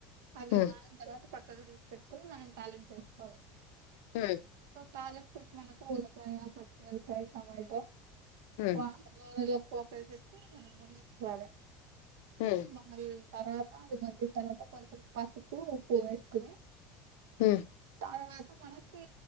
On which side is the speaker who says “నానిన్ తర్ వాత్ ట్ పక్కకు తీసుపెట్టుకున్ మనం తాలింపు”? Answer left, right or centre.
Right